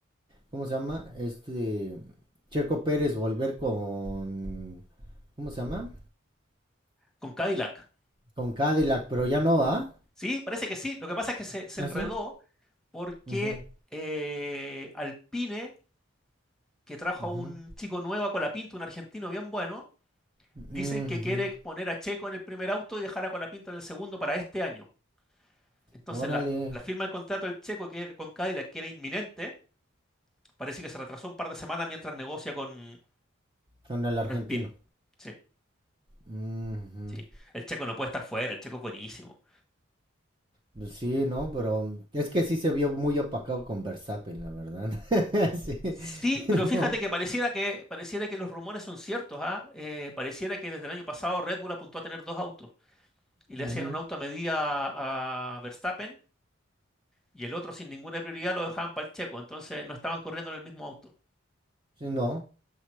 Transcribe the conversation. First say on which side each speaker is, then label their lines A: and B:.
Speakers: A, on the right (about 25°); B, in the centre.
A: ¿Cómo se llama? Este. Checo Pérez volver con. ¿Cómo se llama?
B: Con Cadillac.
A: Con Cadillac, pero ya no va.
B: Sí, parece que sí. Lo que pasa es que se, se
A: ¿Así?
B: enredó porque
A: Ujú,
B: eh, Alpine, que trajo
A: ujú,
B: a un chico nuevo a Colapinto, un argentino bien bueno,
A: ujú.
B: Dicen que quiere poner a Checo en el primer auto y dejar a Colapinto en el segundo para este año. Entonces,
A: Órale,
B: la, la firma del contrato del Checo que, con Cadillac, que era inminente, parece que se retrasó un par de semanas mientras negocia con,
A: con el
B: con
A: argentino.
B: Alpine. Sí,
A: Ujú.
B: sí. El Checo no puede estar fuera, el Checo es buenísimo.
A: Pues sí, ¿no? Pero es que sí se vio muy opacado con Verstappen, la verdad. <laughs> Sí,
B: Sí,
A: <laughs>
B: pero fíjate
A: no.
B: que pareciera que, pareciera que los rumores son ciertos, ¿ah? Eh, pareciera que desde el año pasado Red Bull apuntó a tener dos autos y le
A: ujú.
B: hacían un auto a medida a, a Verstappen y el otro sin ninguna prioridad lo dejaban para el Checo, entonces no estaban corriendo en el mismo auto.
A: Sí, no.